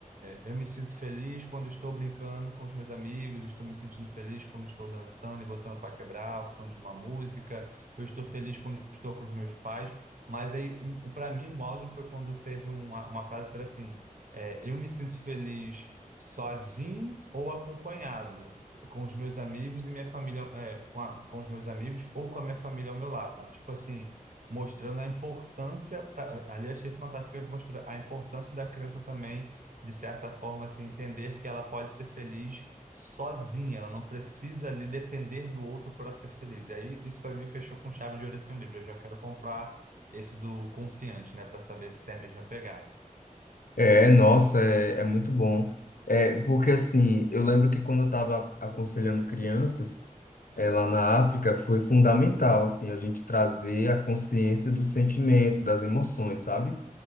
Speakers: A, on the right; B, on the left.
A: eu me sinto feliz quando estou brincando com os meus amigos, estou me sentindo feliz quando estou dançando e botando para quebrar o som de uma música, eu estou feliz quando estou com os meus pais, mas aí, um, para mim, o áudio foi quando teve uma, uma frase para assim, é, eu me sinto feliz Sozinho ou acompanhado, se- com os meus amigos e minha família, é, com, a- com os meus amigos ou com a minha família ao meu lado. Tipo assim, mostrando a importância, pra- ali eu achei fantástico, porque mostrou a importância da criança também, de certa forma, assim, entender que ela pode ser feliz sozinha, ela não precisa ali depender do outro para ser feliz. E aí, isso para mim fechou com chave de ouro esse livro. Eu já quero comprar esse do Confiante, né, para saber se tem a mesma pegada.
B: É, nossa, é, é muito bom. É, porque assim, eu lembro que quando eu estava aconselhando crianças, é, lá na África, foi fundamental, assim, a gente trazer a consciência dos sentimentos, das emoções, sabe?